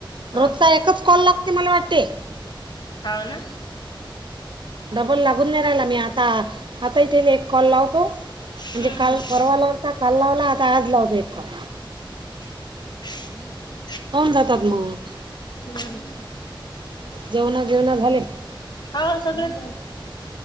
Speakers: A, on the right; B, on the left.
A: रोजचा
B: हा हा
A: एकच कॉल लागते. मला वाटते
B: हाव ना
A: डबल लागून नाही राहिला मी आता. आता इथे एक कॉल लावतो. म्हणजे
B: हम्म
A: काल
B: हम्म
A: परर्वा लावला होता. काल लावला आता आज लावते एक कॉल
B: <inaudible>
A: होऊन जातात मग
B: <inaudible>
A: जेवण बिवणं झाले.
B: हो हो सगळ झालं